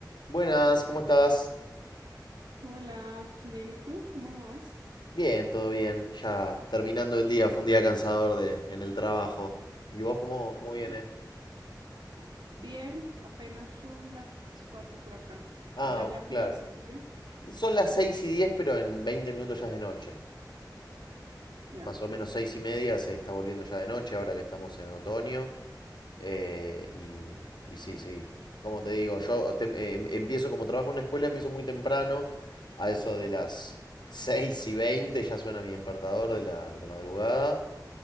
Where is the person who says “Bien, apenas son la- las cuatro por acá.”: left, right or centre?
Right